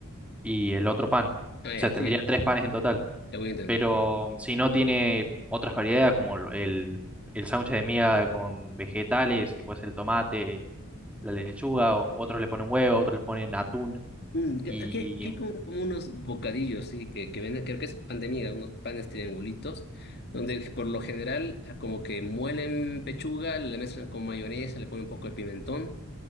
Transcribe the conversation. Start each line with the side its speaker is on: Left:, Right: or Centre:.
Centre: y el otro pan.
Left: Ah,
Centre: O
Left: ya,
Centre: sea, tendría
Left: sí,
Centre: tres panes en total.
Left: te voy entendiendo.
Centre: Pero si no tiene otras variedades como el, el el sándwich de miga con vegetales, que puede ser el tomate la lechuga, o- otros le ponen huevo, otros le ponen atún.
Left: Mm, que-
Centre: Y
Left: Aquí, aquí hay como, como unos bocadillos, sí, que, que venden, creo que es pandemia unos panes triangulitos, donde por lo general eh, como que muelen pechuga, la mezclan con mayonesa, le ponen un poco de pimentón